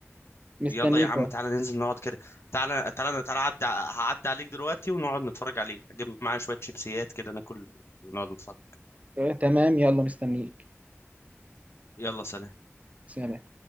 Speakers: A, on the right; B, on the left.
A: مستنيك
B: يلا يا عم
A: اهو
B: تعالى ننزل نقعد كده تعالى تعالى تعالى عدى هعدي عليك دلوقتي ونقعد نتفرج عليه اجيب معايا شوية شيبسيات كده ناكل ونقعد نتفرج
A: آه، تمام يلا مستنيك
B: يلا سلام
A: سلام